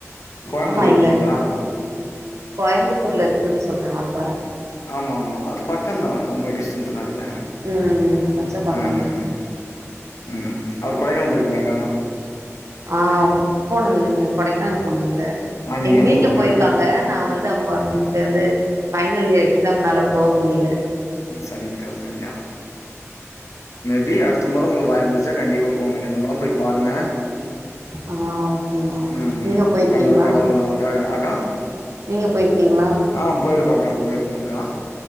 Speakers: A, on the left (about 75°); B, on the right (about 70°).
A: கோயம்புத்தூர்ல
B: ஆஹா
A: இருக்கீங்ளா
B: இல்ல கோயம்புத்தூர்ல இருக்குன் சொல்றே வால்பாற
A: ஆமா ஆமா அது பக்கந்தா ரொம்ப டிஸ்டன்ஸ்ல்லா இல்ல
B: ம் கொஞ்ச பக்கந்தா
A: ம் ம் அவர் கொடைக்கானல் போயிருக்கீங்களாக்கா
B: ஆ போனதுல்லங்க கொடைக்கானல் போனதில்ல
A: அங்கயு
B: எங்க வீட்ல
A: போல
B: போய்ருக்காங் க நா வந்து அப்போ அன்னைக்கு வந்து ஃபைனல் இயர் எக்ஸாம்னால போக முடியல
A: ஆ சரிங்க்கா சரிங்க்கா மேபி அடுத்த மொற உங்களுக்கு வாய்ப்பு கெடச்சா கண்டிப்பா போங்க எடமெல்லா போய் பாருங்க
B: ஆ ஓகேங்க
A: ம்
B: நீங்க போய்ருக்கீங்ளா
A: கண்டிப்பா கடவுள் நமக்காக அக்கா
B: நீங்க போயிருக்கீங்ளா
A: அ போயிருக்கோங்க்கா போயிருக்கோங்க்கா